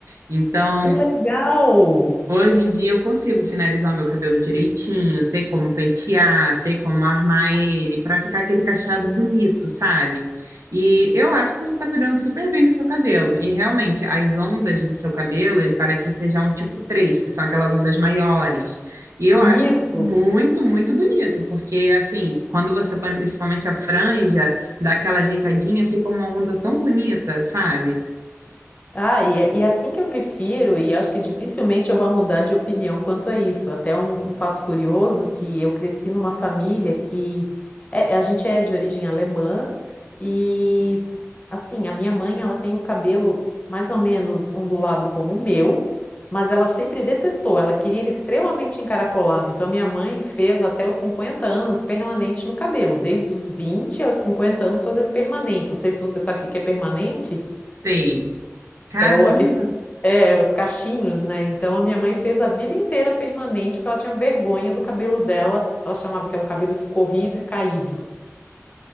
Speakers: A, on the right; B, on the left.
A: Então,
B: Que legal!
A: Hoje em dia eu consigo finalizar o meu cabelo direitinho, sei como pentear, sei como armar ele para ficar aquele cacheado bonito, sabe? E eu acho que você está cuidando super bem do seu cabelo. E realmente, as ondas do seu cabelo, ele parece ser já um tipo 3, que são aquelas ondas maiores. E eu
B: Isso!
A: acho muito, muito bonito, porque assim, quando você põe principalmente a franja, dá aquela ajeitadinha, fica uma onda tão bonita, sabe?
B: Ah, e é, e é assim que eu prefiro, e acho que dificilmente eu vou mudar de opinião quanto a isso. Até um, um fato curioso que eu cresci numa família que é- a gente é de origem alemã e assim, a minha mãe, ela tem o cabelo mais ou menos ondulado como o meu, mas ela sempre detestou, ela queria ele extremamente encaracolado. Então a minha mãe fez até os 50 anos permanente no cabelo, desde os 20 aos 50 anos fazendo permanente. Não sei se você sabe o que que é permanente.
A: Sei. Caramba!
B: É o, aquele é, os cachinhos, né? Então a minha mãe fez a vida inteira permanente porque ela tinha vergonha do cabelo dela. Ela chamava que é um cabelo escorrido e caído.